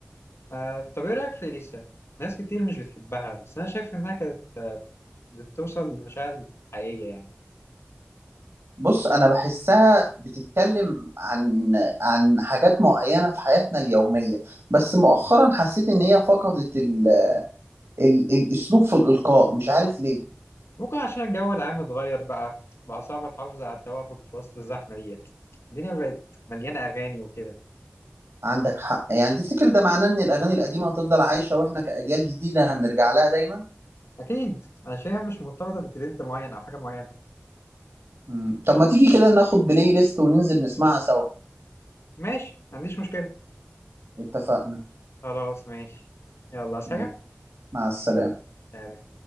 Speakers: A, on the left; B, on the right.
A: آه، طب ايه رأيك في اليسا؟ ناس كتير مش بتحبها بس انا شايف انها كانت آه، بتوصل لمشاعر حقيقية يعني
B: بص انا بحسها بتتكلم عن عن حاجات معينه في حياتنا اليوميه بس مؤخرا حسيت ان هي فقدت ال... ال... الاسلوب في الالقاء مش عارف ليه
A: ممكن عشان الجو العام اتغير بقى بقى صعب تحافظ على التوافق في وسط الزحمة ديت الدنيا بقت مليانة اغاني وكده
B: عندك حق يعني تفتكر ده معناه ان الاغاني القديمه هتفضل عايشه واحنا كاجيال جديده هنرجع لها دايما
A: اكيد انا شايفها مش مرتبطة بترند معين او حاجة معينة
B: مم. طب ما تيجي كده ناخد بلاي ليست وننزل نسمعها سوا
A: ماشي ما عنديش مشكلة
B: اتفقنا
A: خلاص ماشي يلا عايز
B: ماشي.
A: حاجة؟
B: مع السلامه
A: سلام